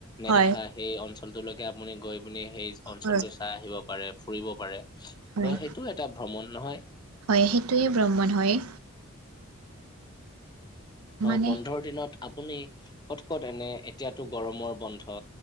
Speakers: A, on the left (about 20°); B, on the right (about 85°).
A: নেদেখা
B: হয়
A: সেই অঞ্চলটোলৈকে আপুনি গৈ পিনি সেই অঞ্চলটো
B: হয়
A: চাই আহিব পাৰে ফুৰিব পাৰে ত
B: হয়
A: সেইটো এটা ভ্ৰমণ নহয়
B: হয় সেইটোৱে ভ্ৰমণ হয়
A: অ
B: মানে
A: বন্ধৰ দিনত আপুনি কত কত এনে এতিয়াতো গৰমৰ বন্ধ